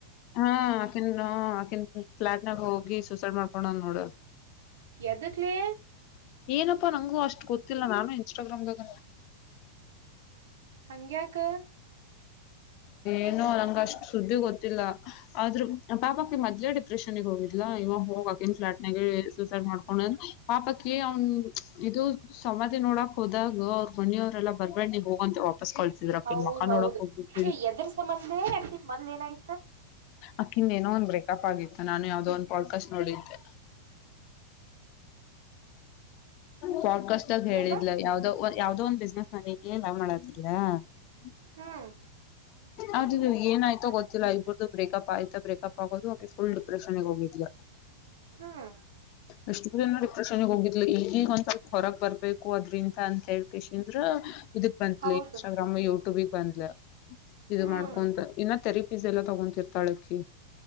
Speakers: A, on the left; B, on the right.
A: ಹಾ ಆಕನ್ ಆಕನ್ ಫ್ಲಾಟ್ನಾಗ ಹೋಗಿ ಸೂಸೈಡ್ ಮಾಡ್ಕೊಂಡ್ ನೋಡ.
B: ಎದಕ್ಲೇ
A: ಏನಪ್ಪಾ ನಂಗು ಅಷ್ಟ. ಅಷ್ಟ ಗೊತ್ತಿಲ್ಲ ನಾನು ಇನ್ಸ್ಟಾಗ್ರಾಮ್ದಾಗ
B: ಹಂಗ್ಯಾಕ. <inaudible>
A: ಏನೋ ನಂಗ ಅಷ್ಟ್ ಸುದ್ದಿ ಗೊತ್ತಿಲ್ಲ ಆದ್ರ ಪಾಪಪ್ಪಿ ಮೊದ್ಲೇ ಡಿಪ್ರೆಷನ್ಗ್ ಹೋಗಿದ್ಲು ಇವಾಗ ಹೋಗಕನ್ ಫ್ಲಾಟ್ ನ ಸೂಸೈಡ್ ಮಾಡ್ಕೊಂಡ ಪಾಪಕ್ಕ ಅವ್ನ್ ಇದು ಸಮಾಧಿ ನೋಡ ಹೋದಾಗ ಅವ್ರ ಮನೆಯವರೆಲ್ಲ ಬರ್ಬೇಡ್ ನೀ ಹೋಗಂತ ವಾಪಸ್ ಕಳ್ಸಿದ್ರು ಅಕೀ
B: ಹೌದ್
A: ಮಕಾ
B: ಹೌದ್
A: ನೋಡಕ್ ಬಿಡ್ಲಿಲ್ಲ
B: ಎದ್ರ ಸಂಬಂದೆ ಅಕಿ ಮದ್ವೆ ಆಗ್
A: ಅಕಿಿಂದ ಏನೋ ಒಂದ್ ಬ್ರೇಕಪ್ ಆಗಿತ್ತು ನಾನು ಯಾವ್ದೋ ಒಂದ್ ಪಾಡ್ಕಾಸ್ಟ್ ನೋಡಿದ್ದೆ ಸ <unintelligible> ಕಸ <unintelligible> ಹೇಳಿದ್ಲ
B: ಏನ
A: ಯಾವ್ದೋ ಯಾವ್ದದೋ ಒಂದ್ ಬಿಸ್ನೆಸ್ ನನಗೆ ಲ <unintelligible>
B: ಹ್ಮ್
A: ಅವ್ರ ಏನ್ಾಯ್ತೋ ಗೊತ್ತಿಲ್ಲ ಇಬ ಬ್ರೇಕಪ್ ಆಯ್ತಾ ಬ್ರೇಕಪ್ ಆಗೋದು ಅವೆ ಫುಲ್ ಡಿಪ್ರೆಷನ್ ಗೆ ಹೋಗಿದ್ಲಾ
B: ಹ್ಮ್
A: ಅಷ್ಟು ದಿನಾ ರಿಪ್ರೆಷನ್ಗ್ ಹೋಗಿದ್ಲು ಈಗಗ ಒಂದ್ ಸ್ವಲ್ಪ ಹೊರಕ್ ಬರ್ಬೇಕು ಅದ್ರಿಂದ ಅಂತ ಹೇಳೇಳ್ ಕಳ್ಸಿದ್ರು ಇದಕ್ ಬಂದ್ಲು
B: ಹೌದು
A: ಇನ್ಸ್ಟಾಗ್ರಾಮ್ ಯೂಟ್ಯೂಬಗ್ ಬಂದ್ಲು ಇದು
B: ಹ್ಮ್
A: ಮಾಡ್ಕೊಂತ ಇನ್ನ ಥೆರಪೀಸ್ ಎಲ್ಲಾ ತಗೊಂಡ ತಳಕಿ